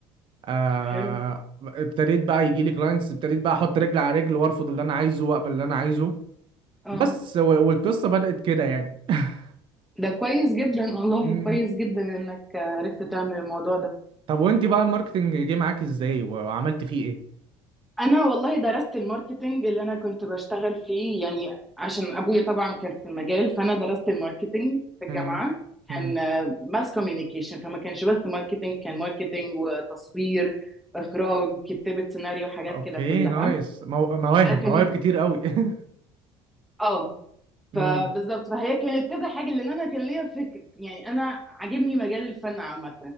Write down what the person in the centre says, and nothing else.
طب حلو
اه
ده كويس جدا والله
كويس جدا انك عرفت تعمل الموضوع ده
انا والله درست الماركتينج اللي انا كنت بشتغل فيه يعني عشان ابويا طبعا كان في المجال فانا درست الماركتينج في الجامعة
كان ماس كوميونيكيشن فما كانش بس ماركتينج كان ماركتينج وتصوير اخراج كتابة سيناريو حاجات
كده كلها
ده كان
اه
فبالظبط فهي كانت كده حاجه لان انا كان ليا فكر يعني انا عاجبني مجال الفن عامه